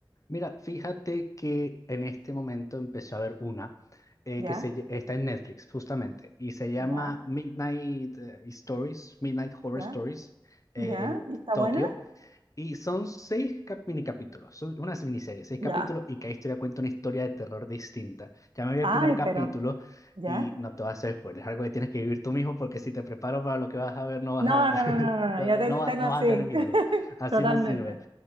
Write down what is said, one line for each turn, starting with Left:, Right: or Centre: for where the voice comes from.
Left: Mira, fíjate que en este momento empecé a ver una eh,
Right: ¿Ya?
Left: que se, lle- está en Netflix justamente y se llama
Right: ¿Ya?
Left: Midnight eh, Stories, Midnight Horror
Right: ¿Ya?
Left: Stories eh,
Right: ¿Ya?
Left: en
Right: ¿Y está
Left: Tokio
Right: buena?
Left: y son seis cap- mini capítulos, son una miniserie, seis
Right: Ya.
Left: capítulos y cada historia cuenta una historia de terror distinta. Ya me vi
Right: Ay,
Left: el primer capítulo
Right: pero ¿ya?
Left: y no te vas a hacer spoilers, es algo que tienes que vivir tú mismo porque si te preparo para lo que vas a ver no vas
Right: No,
Left: a,
Right: no,
Left: <laughs>
Right: no, no, no, no,
Left: no,
Right: Ya
Left: no
Right: tengo,
Left: no vas
Right: tengo
Left: no vas
Right: sí.
Left: a tener miedo,
Right: <laughs>
Left: así
Right: Totalmente.
Left: no sirve.